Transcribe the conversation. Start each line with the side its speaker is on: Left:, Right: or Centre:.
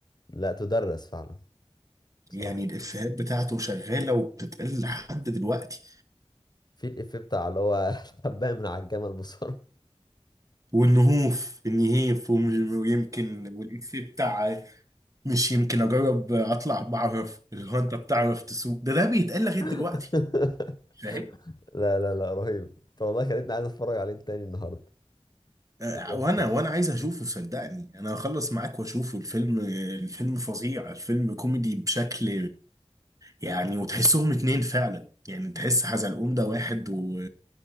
Left: لا تدرس فعلا بصراحة
Right: يعني الإفيهات بتاعته شغالة وبتتقال لحد دلوقتي
Left: في الإفيه بتاع اللي هو <laughs> حباية من على الجمل بصراحة
Right: والنهوف النهيف وم- ويمكن والإفيه بتاع مش يمكن أجرب أطلع بعرف اللي هو أنت بتعرف تسوق ده ده بيتقال لغاية دلوقتي
Left: <laughs>
Right: فاهم
Left: لا لا لا رهيب طب والله خلتني عايز اتفرج عليه تاني النهارده
Right: آه،
Left: بجد.
Right: وانا وانا عايز اشوفه صدقني انا هخلص معاك واشوفه الفيلم الفيلم فظيع الفيلم كوميدي بشكل يعني وتحسهم اتنين فعلا يعني تحس حزلقوم ده واحد و...